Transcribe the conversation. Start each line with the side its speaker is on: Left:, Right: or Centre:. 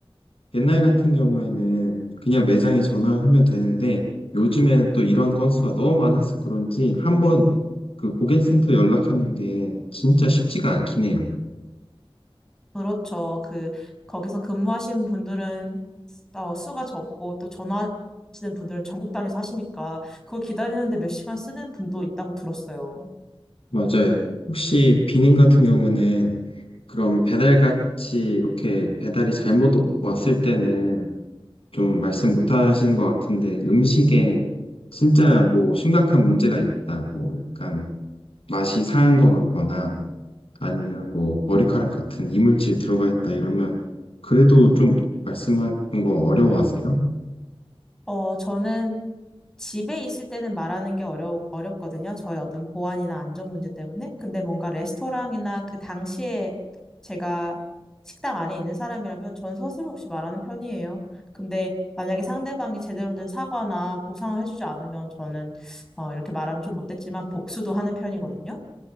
Left: 옛날 같은 경우에는 그냥 매장에 전화하면 되는데 요즘에는 또 이런 건수가 너무 많아서 그런지 한번 그 고객센터 연락하는 게 진짜 쉽지가 않긴 해요.
Centre: 그렇죠. 그, 거기서 근무하신 분들은 어, 수가 적고 또 전화하시는 분들은 전국 단위에서 하시니까 그걸 기다리는데 몇 시간 쓰는 분도 있다고 들었어요.
Left: 맞아요. 혹시 비님 같은 경우는 그럼 배달같이 이렇게 배달이 잘못 왔을 때는 좀 말씀 못 하시는 것 같은데 음식에 진짜 뭐 심각한 문제가 있다. 뭐 약간 맛이 상한 것 같거나 아니면 뭐 머리카락 같은 이물질 들어가 있다 이러면 그래도 좀 말씀하는 거 어려워하세요?
Centre: 어, 저는 집에 있을 때는 말하는 게 어려, 어렵거든요. 저의 어떤 보안이나 안전 문제 때문에. 근데 뭔가 레스토랑이나 그 당시에 제가 식당 안에 있는 사람이라면 전 서슴없이 말하는 편이에요. 근데 만약에 상대방이 제대로 된 사과나 보상을 해주지 않으면 저는 어, 이렇게 말하면 좀 못됐지만 복수도 하는 편이거든요.